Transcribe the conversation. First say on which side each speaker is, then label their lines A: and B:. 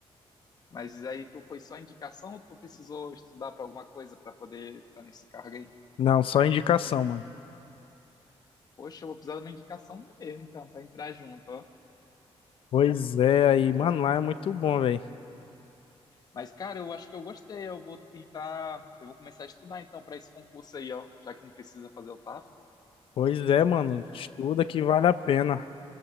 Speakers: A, on the left; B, on the left.
A: Mas aí tu foi só indicação ou tu precisou estudar para alguma coisa para poder estar nesse cargo aí?
B: Não, só indicação, mano.
A: Poxa, eu vou precisar de uma indicação mesmo, então, para entrar junto, ó.
B: Pois é, aí, mano, lá é muito bom, velho.
A: Mas, cara, eu acho que eu gostei. Eu vou tentar. Eu vou começar a estudar então para esse concurso aí, ó. Já que não precisa fazer o TAF.
B: Pois é, mano, estuda que vale a pena.